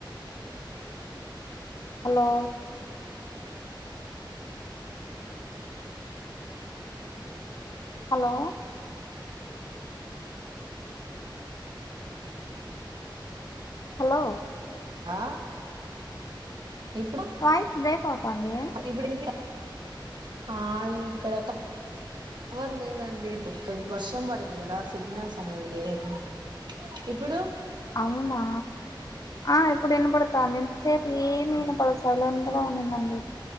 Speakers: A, on the left (about 45°); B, on the right (about 60°).
A: హలో హలో హలో
B: ఆ ఇప్పుడు
A: వాయిస్ బ్రేక్ అవుతాంది
B: ఇప్పుడు వినిపి ఆ ఇక్కడ త పవర్ లేదండి వర్షం పడింది కదా సిగ్నల్స్ అనేవి లేవు ఇప్పుడు
A: అవునా ఆ ఇప్పుడు ఇనపడతాంది ఇంతసేప్ మీనపల్ల సైలెంట్గా ఉన్నిందండి